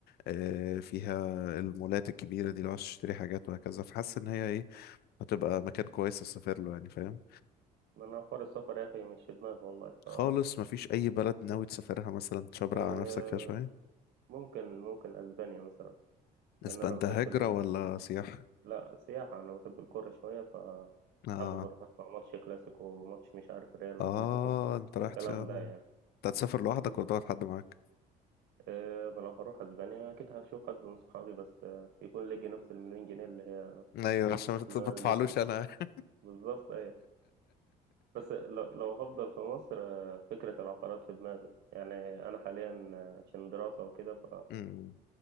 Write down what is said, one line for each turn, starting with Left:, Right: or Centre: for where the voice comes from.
Left: آه، فيها المولات الكبيرة دي لو عايز تشتري حاجات وهكذا فحاسس إن هي ايه هتبقى مكان كويس تسافر له يعني فاهم
Right: ما انا حوار السفر يا اخي مش في دماغي والله ف
Left: خالص مفيش أي بلد ناوي تسافرها مثلا تشبرق
Right: آه،
Left: على نفسك فيها شوية
Right: ممكن ممكن اسبانيا مثلا لان
Left: اسبان
Right: انا بحب
Left: ده هجرة
Right: ال...
Left: ولا سياحة؟
Right: لا سياحه انا بحب الكوره شويه فحابب
Left: آه
Right: اروح اسمع ماتش كلاسيكو وماتش مش عارف ريال واتليتيكو
Left: آه انت رايح
Right: الكلام
Left: عشان
Right: ده يعني
Left: انت هتسافر لوحدك
Right: بالظبط
Left: ولا تاخد حد معاك؟
Right: أه ما لو هروح اسبانيا اكيد هشوف حد من صحابي بس آه، يكون لقي نفس المليون جنيه اللي هي
Left: أيوة عشان ما
Right: اللي
Left: تدفعلوش
Right: انا لقيتها
Left: أنا <laughs>
Right: بالظبط ايه بس لو, لو هفضل في مصر آه، فكره العقارات في دماغي يعني انا حاليا آه، عشان دراسه وكده
Left: مم،